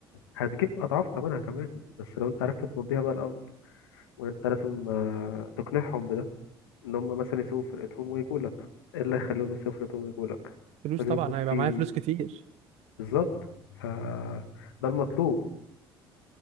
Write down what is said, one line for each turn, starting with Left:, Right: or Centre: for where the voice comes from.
Left: هتجيب أضعاف تمنها كمان بس لو أنت عرفت تمضيها بقى الأول وأنت لازم آه، تقنعهم بده إن هم مثلا يسيبوا فرقتهم ويجوا لك إيه اللي يخليهم يسيبوا فرقتهم ويجوا لك
Right: فلوس
Left: لازم
Right: طبعا
Left: يكون
Right: هيبقى
Left: في
Right: معايا فلوس كتير
Left: بالظبط ف ده المطلوب